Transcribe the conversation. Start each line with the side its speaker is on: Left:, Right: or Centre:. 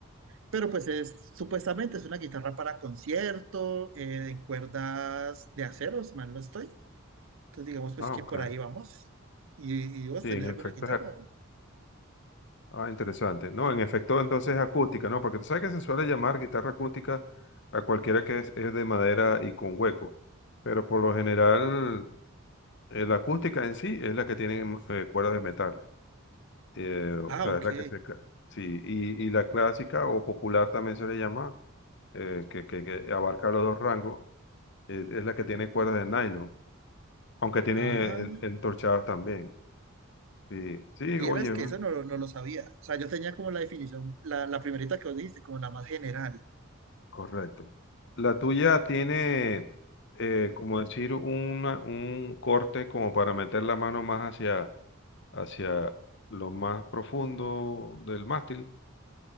Right: Pero pues es, supuestamente es una guitarra para concierto, eh, de cuerdas de acero, si mal no estoy. Entonces digamos pues
Left: Ah,
Right: que
Left: ok.
Right: por ahí vamos. ¿Y, y vos
Left: Sí,
Right: tenés
Left: en
Right: alguna
Left: efecto
Right: guitarra?
Left: es acú-
Right: o?
Left: Ah, interesante. No, en efecto entonces es acústica, ¿no? Porque tú sabes que se suele llamar guitarra acústica a cualquiera que es, es de madera y con hueco. Pero por lo general Eh, La acústica en sí es la que tiene mm, eh, cuerda de metal, eh, o
Right: Ah,
Left: sea,
Right: ok.
Left: es la que se... ca- Sí, y, y la clásica o popular también se le llama, eh, que, que- que abarca los dos rangos, eh, es la que tiene cuerdas de nylon, aunque tiene
Right: Ah,
Left: eh, entorchadas también. Sí, sí,
Right: vieras
Left: oye,
Right: que
Left: un-
Right: eso no, lo- no lo sabía. O sea, yo tenía como la definición, la, la primerita que vos dijiste, como la más general.
Left: correcto. La tuya tiene, eh, como decir, una- un corte como para meter la mano más hacia, hacia lo más profundo del mástil.